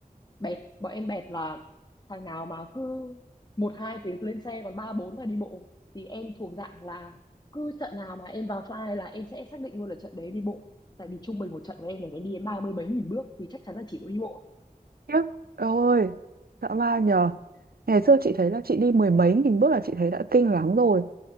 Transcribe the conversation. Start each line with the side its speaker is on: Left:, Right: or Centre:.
Left: bẹt bọn em bẹt là thằng nào mà cứ một hai tiếng lên xe còn ba bốn là đi bộ thì em thuộc dạng là cứ trận nào mà em vào file là em sẽ xác định luôn là trận đấy đi bộ tại vì trung bình một trận của em là phải đi đến ba mươi mấy nghìn bước thì chắc chắn là chỉ có đi bộ
Right: khiếp ôi dã man nhờ ngày xưa chị thấy là chị đi mười mấy nghìn bước là chị thấy đã kinh lắm rồi